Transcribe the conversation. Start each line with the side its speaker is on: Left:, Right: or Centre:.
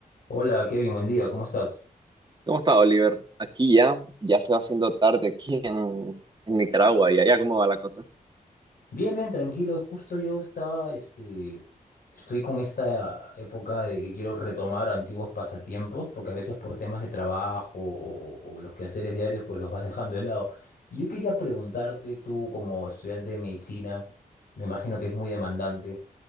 Left: Hola, Kevin, buen día, ¿cómo estás?
Right: ¿Cómo está, Oliver? Aquí ya, ya se va haciendo tarde aquí en, en Nicaragua y allá cómo va la cosa.
Left: Bien, bien, tranquilo. Justo yo estaba, este, estoy con esta época de que quiero retomar antiguos pasatiempos, porque a veces por temas de trabajo o, o los quehaceres diarios, pues los vas dejando de lado. Y yo quería preguntarte, tú como estudiante de medicina, me imagino que es muy demandante,